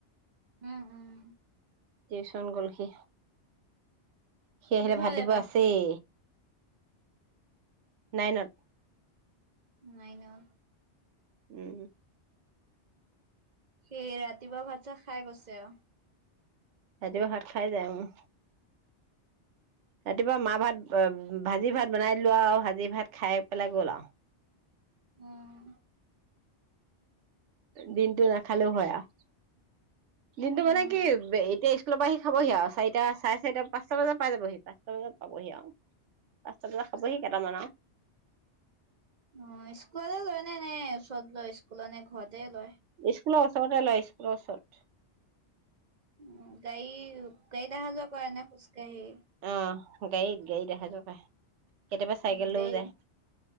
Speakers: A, on the right; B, on the right.
A: উম, উম।
B: টিউচন গল সি। সি আহিলে
A: কিহত
B: ভাত দিব
A: এইবাৰ
B: আছেই।
A: সি?
B: নাইনত।
A: নাইনট।
B: উম।
A: সি ৰাতিপুৱা ভাত-চাত খাই গৈছে আও।
B: ৰাতিপুৱা ভাত খাই যাই উম, ৰাতিপুৱা মা ভাত ভাজি ভাত বনাই দিলোঁ আও ভাজি ভাত খাই পেলাই গল আও।
A: উম।
B: দিনটো নাখালেও হয় আও। দিনটো
A: উম।
B: মানে কি এতিয়া ইস্ক স্কুলপা আহি খাবহি আও, চাৰিটা চাৰে চাৰিটা পাঁচটা বজাত পাই যাবহি, পাঁচটা বজাত পাবহি আও। পাঁচটা বজাত খাবহি কেইটামান আও।
A: অ স্কুললে, <unintelligible> নে ওচৰত যোৱা স্কুল। সুলনে ঘৰতে লয়।
B: স্কুলৰ ওচৰত এ লয় স্কুলৰ ওচৰত।
A: উ গাড়ী গাড়ীত অহা যোৱা কৰে নে খোজ কাঢ়ি।
B: অ গাৰিত গাৰিত আহা যোৱা কৰে। কেতিয়াবা চাইকেল
A: <unintelligible>
B: লৈও যায়